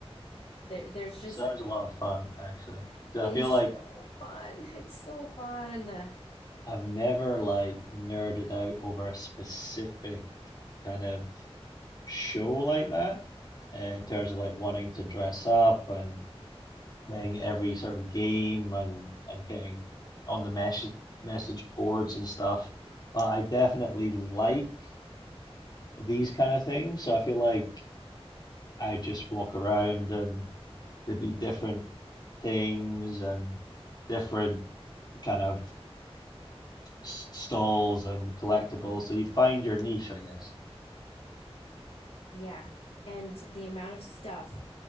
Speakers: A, on the left; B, on the left.
A: there, there's
B: Sounds
A: just,
B: a lot of fun, actually. 'Cause
A: it
B: I feel
A: is
B: like
A: so fun. <laughs> It's so fun.
B: I've never like nerded out over a specific kind of show like that, uh, in terms of like wanting to dress up and playing every sort of game and and getting on the message message boards and stuff. But I definitely like these kind of things, so I feel like I just walk around and there'd be different things and different kind of s- stalls and collectibles, so you'd find your niche, I guess.
A: Yeah. And the amount of stuff